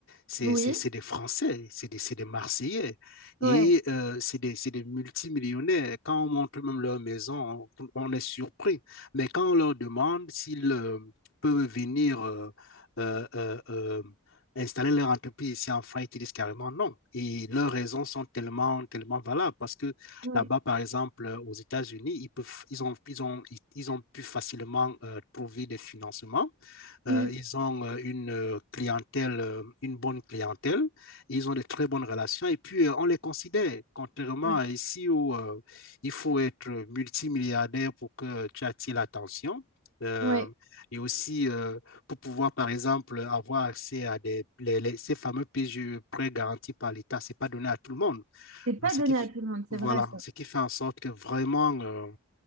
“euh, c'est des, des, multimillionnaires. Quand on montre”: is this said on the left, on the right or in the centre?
Left